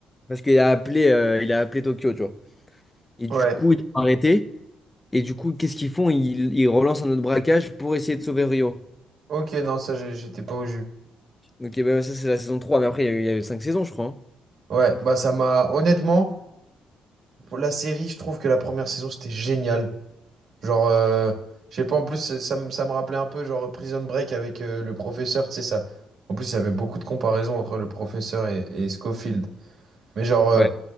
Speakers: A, on the left (about 15°); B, on the right (about 65°).
A: parce qu'il a appelé, euh, il a appelé Tokyo, tu vois. Et du
B: ouais.
A: coup, ils sont arrêtés. Et du coup, qu'est-ce qu'ils font? Ils, ils relancent un autre braquage pour essayer de sauver Rio.
B: Ok, non, ça j'ai- j'étais pas au jus.
A: Donc eh ben, ça, c'est la saison 3. Mais après, il y a eu, il y a eu 5 saisons, je crois. hein.
B: Ouais, bah ça m'a honnêtement. Pour la série, je trouve que la première saison, c'était génial. Genre, euh, je sais pas, en plus, ça, ça me ça me rappelait un peu, genre, Prison Break avec euh, le professeur, tu sais, ça. En plus, il y avait beaucoup de comparaisons entre le professeur et, et Scofield. Mais genre, euh,
A: Ouais.